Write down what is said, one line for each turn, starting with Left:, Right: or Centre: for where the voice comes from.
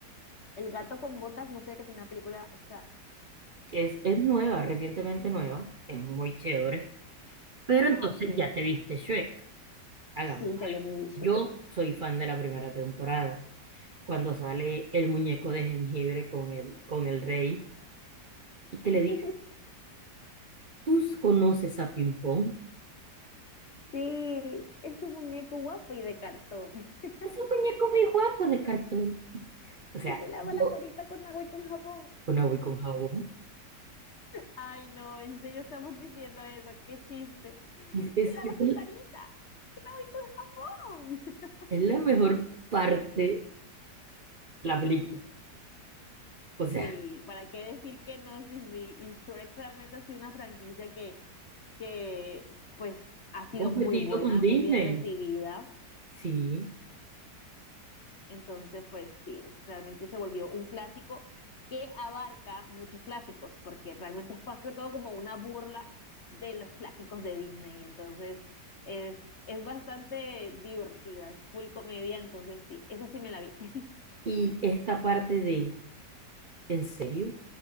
Left: El gato con botas, no sé que tiene una película, o sea,
Right: Es, es nueva, recientemente nueva, es muy chévere. Pero
Left: ah,
Right: entonces
Left: ok.
Right: ya te viste Shrek, hagamos.
Left: Sí, ya yo me vi Shrek.
Right: Yo soy fan de la primera temporada, cuando sale el muñeco de jengibre con el, con el rey y que le
Left: <laughs>
Right: dice, ¿tú conoces a Ping Pong?
Left: Sí, es un muñeco guapo y de cartón, <laughs>
Right: Es un muñeco muy guapo de cartón. O sea,
Left: que se lava
Right: yo
Left: la carita con agua y con jabón.
Right: con agua y con jabón.
Left: Ay, no, en serio estamos diciendo eso, qué chiste.
Right: Y Es,
Left: Se lava
Right: es,
Left: su carita con agua y con jabón. <laughs>
Right: Es la mejor parte la película. O sea,
Left: Sí, ¿para qué decir que no? Sí, sí, y Shrek realmente ha sido una franquicia que pues ha sido
Right: ha competido
Left: muy buena,
Right: con Disney.
Left: muy bien recibida.
Right: Sí.
Left: Entonces, pues sí, realmente se volvió un clásico que abarca muchos clásicos, porque realmente es más que todo como una burla de los clásicos de Disney. Entonces, es, es bastante divertida, es full comedia, entonces sí, esa sí me la vi. <laughs>
Right: Y esta parte de, ¿en serio?